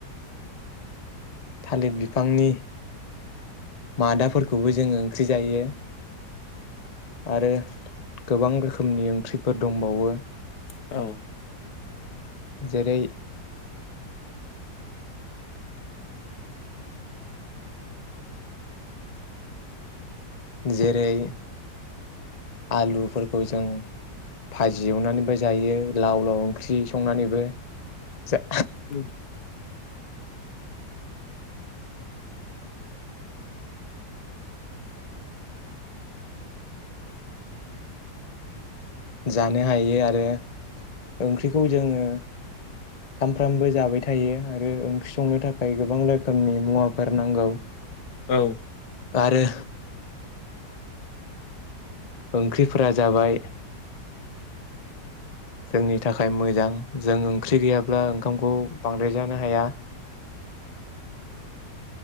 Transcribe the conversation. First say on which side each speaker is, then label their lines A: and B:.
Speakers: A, on the left; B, on the left.
A: थालिद बिफांनि मादाफोरखौबो जोङो ओंख्रि जायो आरो गोबां रोखोमनि ओंख्रिफोर दंबावो
B: औ
A: जेरै जेरै आलुफोर खौ जों भाजि एवनानैबो जायो लाव लाव ओंख्रि संनानैबो जा
B: उम
A: जानो हायो आरो ओंख्रिखौ जोङो सामफ्रामबो जाबाय थायो आरो ओंख्रि संनो थाखाय गोबां रोखोमनि मुवाफोर नांगौ
B: औ
A: आरो ओंख्रिफोरा जाबाय जोंनि थाखाय मोजां जों ओंख्रि गैयाब्ला ओंखामखौ बांद्राय जानो हाया